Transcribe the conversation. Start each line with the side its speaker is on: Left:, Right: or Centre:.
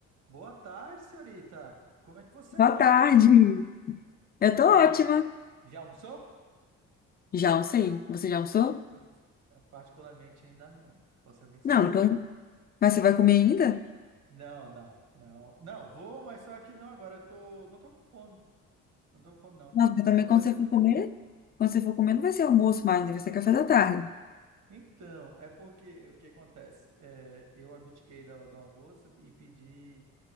Right: Boa tarde, senhorita. Como é que você
Left: Boa
Right: tá?
Left: tarde. Eu tô ótima.
Right: E aí, já almoçou?
Left: Já almocei. Você já almoçou?
Right: Ô, coisa- Particularmente ainda não, vou ser bem sincero.
Left: Não, então. Mas você vai comer ainda?
Right: Não, não, não. Não, vou, mas só que não agora. Eu tô, não tô com fome. Não tô com fome, não.
Left: Nossa, mas
Right: Eu
Left: também
Right: tô.
Left: quando você for comer, quando você for comer, não vai ser almoço mais, né? Vai ser café da tarde.
Right: Então, é porque o que acontece? É, eu abdiquei do, do almoço e pedi.